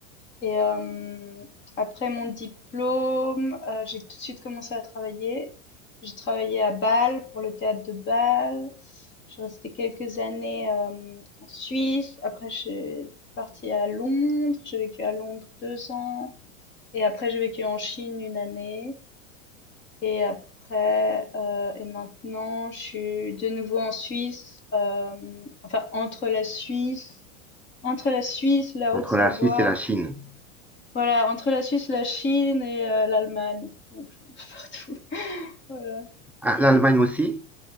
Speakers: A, on the left (about 30°); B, in the centre.
A: Et euh, après mon diplôme, euh, j'ai tout de suite commencé à travailler. J'ai travaillé à Bâle pour le théâtre de Bâle. Je suis restée quelques années euh, en Suisse. Après, je suis partie à Londres. J'ai vécu à Londres deux ans. Et après, j'ai vécu en Chine une année. Et après, euh, et maintenant, je suis de nouveau en Suisse. euh, enfin, entre la Suisse, entre la Suisse, la
B: Entre
A: Haute-Savoie
B: la Suisse et la Chine.
A: voilà, entre la Suisse, la Chine et heu, l'Allemagne, donc je suis un peu partout, <laughs> voilà.
B: Ah, l'Allemagne aussi?